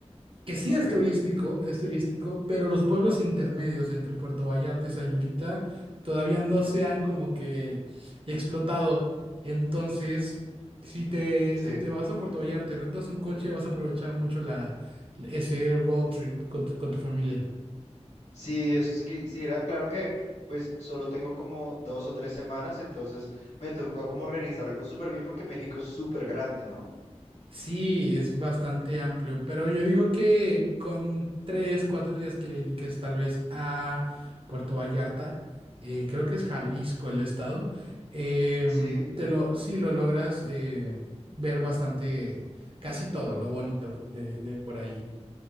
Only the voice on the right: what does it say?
que sí
es turístico, es turístico, pero los pueblos intermedios entre Puerto Vallarta y Sayulita todavía no
se han como que explotado. Entonces, si te,
si te vas a Puerto Vallarta y rentas un coche, vas a aprovechar mucho la, ese road trip con tu, con tu familia.
Sí, es bastante amplio, pero yo digo que con tres, cuatro días que le dediques tal vez a Puerto Vallarta, eh, creo que es
Jalisco el estado, em,
te lo, sí lo logras eh, ver bastante, casi todo lo bonito de, de por ahí.